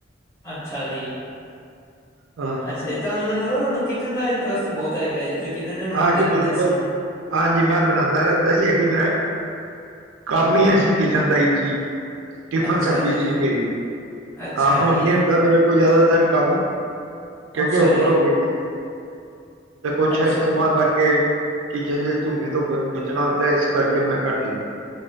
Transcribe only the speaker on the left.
ਅੱਛਾ ਜੀ।
ਅੱਛਾ ਜੀ। ਤੁਹਾਨੂੰ ਮੈਨੂੰ ਲੱਗਦਾ ਤੁਹਾਨੂੰ ਕਿਚਨ ਦਾ ਇੰਟਰਸਟ ਬਹੁਤ ਹੈਗਾ ਜੀ। ਕਿਚਨ 'ਚ ਬਣਾਉਂਦੇ
ਰਹਿੰਦੇ
ਹੋ ਸਮਾਨ।
ਅੱਛਾ
ਜੀ,
ਅੱਛਾ
ਜੀ,
ਅੱਛਾ
ਜੀ,
ਅੱਛਾ।